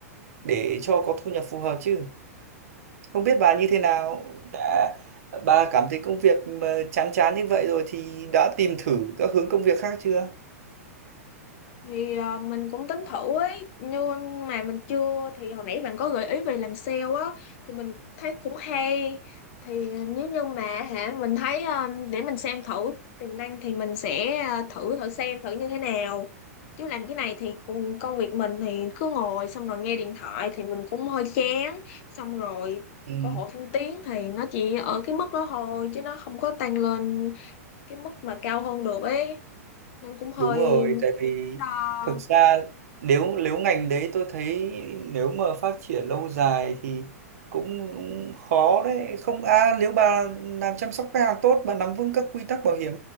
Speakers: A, on the right (about 70°); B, on the left (about 50°).
A: để cho có thu nhập phù hợp chứ không biết bà như thế nào đã bà cảm thấy công việc mà chán chán như vậy rồi thì đã tìm thử các hướng công việc khác chưa
B: thì à, mình cũng tính thử ấy nhưng mà mình chưa thì hồi nãy bạn có gợi ý về làm sale á thì mình thấy cũng hay thì nếu như mà hả mình thấy à, để mình xem thử tiềm năng thì mình sẽ à, thử thử xem thử như thế nào chứ làm cái này thì cùng công việc mình thì cứ ngồi xong rồi nghe điện thoại thì mình cũng hơi chán xong rồi
A: Ừ.
B: cơ hội thăng tiến thì nó chỉ ở cái mức đó thôi chứ nó không có tăng lên cái mức mà cao hơn được ấy nên cũng hơi
A: Đúng rồi, tại vì
B: đắn đo
A: thực ra nếu nếu ngành đấy tôi thấy nếu mà phát triển lâu dài thì cũng khó đấy. Không à nếu bà làm chăm sóc khách hàng tốt, bà nắm vững các quy tắc bảo hiểm